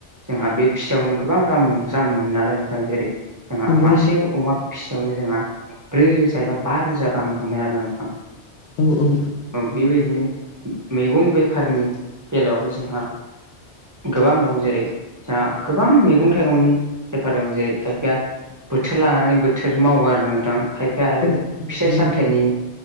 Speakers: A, on the right; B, on the left.
A: जोंहा बे फिसायावनो गोबां रां रां मोनो नालाय नोंथां जेरै जोंहा
B: नंगौ
A: मासे
B: नों
A: अमा फिसायावनो जोंहा ब्रै रोजा एबा बा रोजा गाहाम मोनो आरो नोंथां।
B: औ औ
A: औ बेबायदिनो मैगं बेफारनि बेलायावबो जोंहा गोबां दं जेरै जोंहा गोबां मैगं थाइगंनि बेफार दं जेरै खायफाया बोथोर लानानै बोथोर मावो आरो नोंथां खायफाया आरो
B: औ
A: फिथाइ
B: नंगौ
A: सामथाइनि
B: नोंथां